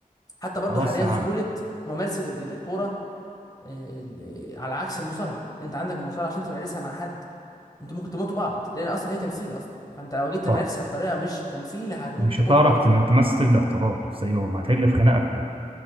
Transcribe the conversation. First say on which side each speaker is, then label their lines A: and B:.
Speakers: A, on the left (about 25°); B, on the right (about 40°).
A: حتى برضو
B: خلاص
A: حاليا
B: يا
A: سهولة
B: عم
A: ممارسة الكورة ال- على عكس المصارعه انت عندك المصارعه عشان تمارسها مع حد انتوا ممكن تموتوا بعض لان اصلا هي تمثيل اصلا فانت لو جيت تمارسها
B: صح
A: بطريقه مش تمثيل هت ممكن
B: مش
A: تموتوا
B: هتعرف
A: بعض
B: تم-
A: فيه
B: تمثل باحتراف زيهم هتحل في خناقة في ده